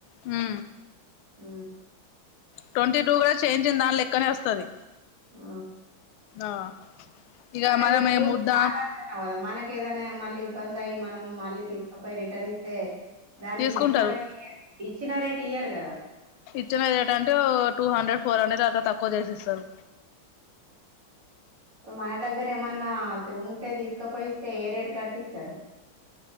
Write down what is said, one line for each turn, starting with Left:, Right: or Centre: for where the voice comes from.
Left: హు
Right: హ
Left: ట్వంటీ టూ కూడా చేంఇంచినదాని లెక్కనే వస్తది
Right: ఆ
Left: ఆ ఇగ
Right: కానీ
Left: మనం
Right: అది ప్యూర్
Left: ఏ ముద్ద
Right: కాదు అంటన్నావ్ కదా మనక్ ఏదైనా మళ్ళీ ఇబ్బంది అయ్య మనం మళ్ళీ తీసుకపోయి రిటర్న్ ఇస్తే దానికి
Left: తీసుకుంటారు
Right: ఇచ్చిన రేట్ ఇయ్యారు ఇచ్చిన రేట్ ఇయ్యరు కదా
Left: ఇచ్చిన రేట్ అంటే టూ హండ్రెడ్ ఫోర్ హండ్రెడ్ అట్ల తక్కువ చేసిఇస్తారు
Right: మన దగ్గర ఏమన్నా ఉంటే తీసుకపోయిస్తే ఏ రేట్ కట్టిస్తారు